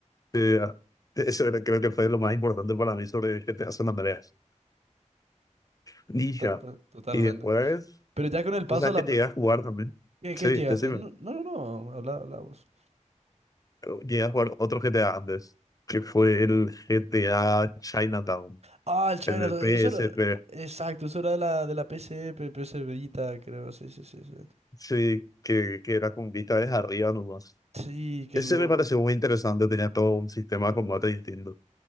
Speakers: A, on the left (about 30°); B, on the right (about 55°).
A: eh, eso era- creo que fue lo más importante para mí sobre GTA San Andreas. Ninja.
B: Tota- to- Totalmente.
A: Y después,
B: Pero ya con el paso
A: o sea,
B: a la...
A: que llegué a jugar también.
B: ¿Qué, qué
A: Sí,
B: llegaste?
A: decime,
B: No, no, no, habla, habla vos.
A: llegué a jugar otro GTA antes, que fue el GTA Chinatown,
B: Ah, el China,
A: el del PSP.
B: eso era. Exacto, eso era de la, de la P S P PS Vita, creo. Sí, sí, sí, sí.
A: Sí, que, que era con vista desde arriba nomás.
B: Sí, qué
A: Ese
B: loco.
A: me pareció muy interesante, tenía todo un sistema de combate distinto.